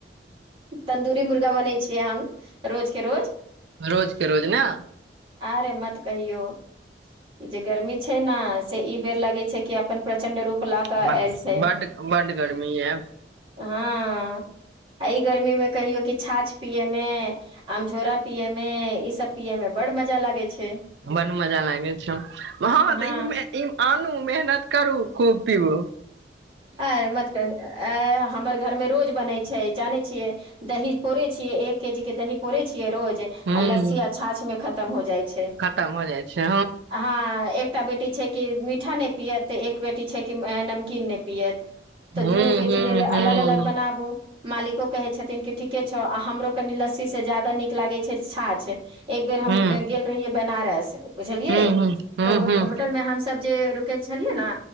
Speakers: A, on the right; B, on the right.
A: तन्दूरी मुर्गा बनै छियै हम रोजके रोज
B: रोजके रोज ने
A: आरे मत कहियो ई जे गर्मी छै ने से ई बेर लगे छै कि अपन प्रचंड रूप ला क आयल
B: बड्ड
A: छै
B: बड्ड गर्मी य
A: हँ आ ई गर्मी मे कहियो कि छाछ पियेमे आम झोरा पियए मे ई सब पियए मे बड मजा लागे छै
B: बड मजा लागे छै हाँ
A: हँ
B: तऽ आन मेहनत करू खूब पीव
A: आ मत कहुं हमर घर में रोज बनैत छै जानै छियै दही पोरे छियै एक केजी के दही पोरे छियै रोज आ
B: ह
A: लस्सी अच्छाछ में खतम हो जाइ छै
B: खतम हो जाइ छै
A: हँ एकटा बेटी छै कि मीठा नहि पियअत तऽ एक बेटी छै कि नमकीन नहि पियत तऽ
B: हू
A: दुनू बेटी
B: हू
A: लेल अलग
B: हू
A: अलग बनाबू मालिको कहे छथिन कि ठीके छौ आ हमरो कनि लस्सी से ज्यदाा नीक लागै छै्छा छै एक बेेर हम
B: हू
A: गेल रहियै बनारस बुझलियए
B: हू हू हू
A: तऽ
B: हू
A: होटल में हम सब जे के छलियै ने